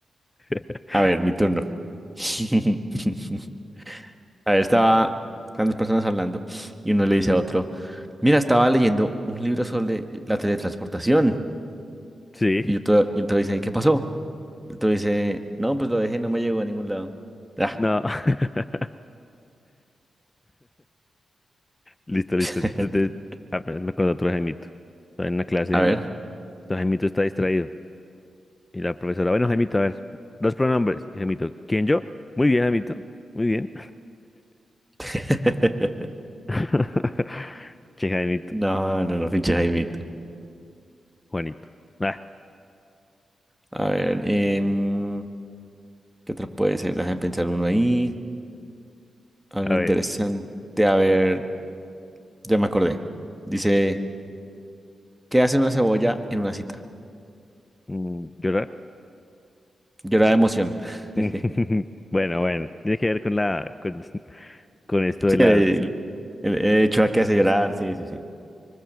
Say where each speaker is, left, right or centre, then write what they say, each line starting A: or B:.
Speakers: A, on the left; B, in the centre.
A: <laughs>
B: A ver, mi turno. <laughs> Ahí estaba estaban dos personas hablando y uno le dice a otro, mira, estaba leyendo un libro sobre la teletransportación.
A: Sí,
B: Y otro, y otro dice, ¿qué pasó? Y otro dice, no, pues lo dejé, no me llegó a ningún lado. Ah.
A: no. <laughs> Listo, listo.
B: <laughs>
A: Entonces, ah, pero me acuerdo de otro Jaimito. Estaba en una clase.
B: A ver.
A: Este Jaimito está distraído. Y la profesora, bueno, Jaimito, a ver, los pronombres. Y Jaimito, ¿quién yo? Muy bien, Jaimito, muy bien.
B: <laughs>
A: <laughs> Che, Jaimito,
B: No, no, no, pinche Jaimito.
A: Juanito. Ah,
B: A ver, em, ¿qué otro puede ser? Déjame pensar uno ahí. Algo
A: a ver,
B: interesante. A ver, ya me acordé. Dice, ¿qué hace una cebolla en una cita?
A: mm, ¿llorar?
B: Llorar de emoción.
A: <laughs>
B: <laughs>
A: Bueno, bueno, tiene que ver con la, con, <laughs> con esto
B: Sí,
A: de las...
B: el, el, el Chua que hace llorar, sí, sí, sí,